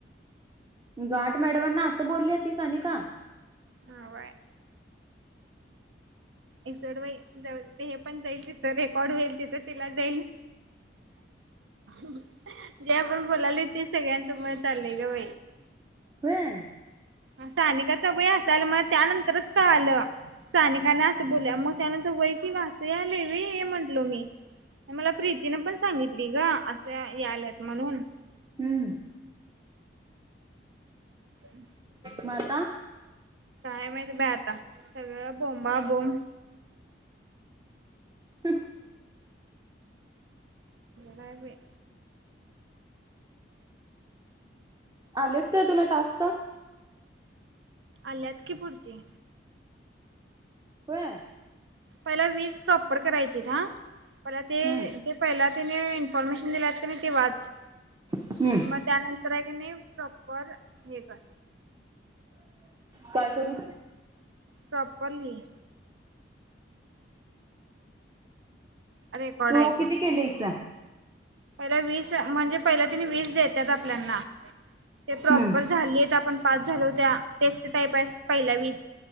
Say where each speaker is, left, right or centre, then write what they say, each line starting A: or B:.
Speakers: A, on the right; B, on the right.
A: घाट मॅडमांना असं बोलली ती सा आणि का
B: ह काय एसोड व जाऊ हे पण जाईल रेकॉर्ड होईल तिथं तिला जाईल जे आपण बोलाले ते सगळ्यांचं मत चाललंय ग बाई
A: होय
B: असनिकाचा वया असाल मला त्यानंतरच का आलं सानिकांना असं बोल मग त्यानच वै कि वासूयाले र हे म्हटलो मी मला प्रीतीने पण सांगितली ग आत्ता याल्यात म्हणून.
A: हम्म.
B: हु
A: म आता
B: काय माहित बाई आता, सगळं बोमबा बोम.
A: हु
B: काय बाई
A: आलेत काय तुला टास्क?
B: आल्यात की पुढचे.
A: होय.
B: पहिला वीस प्रॉपर करायची हा, परते
A: हम्म
B: पहिला त्यांनी न्फॉर्मेशन दिलेत क नाइ ते वाच.
A: हम्म
B: म त्यानंतरय क नाइ प्रॉपर हे कर
A: काय करू?
B: प्रॉपर लिही. रेकॉर्ड
A: तू
B: ऐकून
A: किती केलीस?
B: पहिला वीस म्हणजे पहिला आणि वीस देत्यात आपल्याना. ते प्रॉपर
A: हम्म
B: झालीत, आपण पास झालो त्या टेस्ट टाईपय पहिल्या वीस.